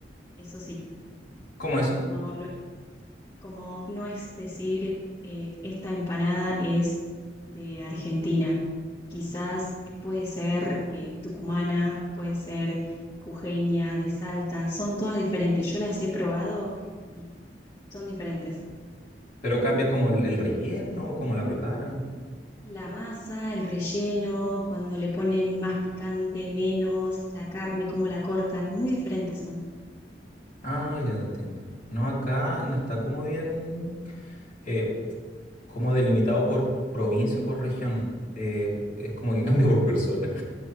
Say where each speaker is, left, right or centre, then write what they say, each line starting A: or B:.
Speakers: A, on the left (about 30°); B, on the left (about 50°).
A: Eso sí,
B: ¿Cómo eso?
A: no, no- como no es decir eh, esta empanada es de Argentina. Quizás puede ser eh, tucumana, puede ser jujeña, de Salta. Son todas diferentes. Yo las he probado y son diferentes.
B: Pero cambia como el, el relleno, cómo la preparan.
A: La masa, el relleno, cuando le ponen más picante, menos, la carne, cómo la cortan, muy diferentes son.
B: Ah, ya te entiendo. No, acá no está como bien, eh, como delimitado por provincia o por región. Eh, es como que <laughs> cambia por persona.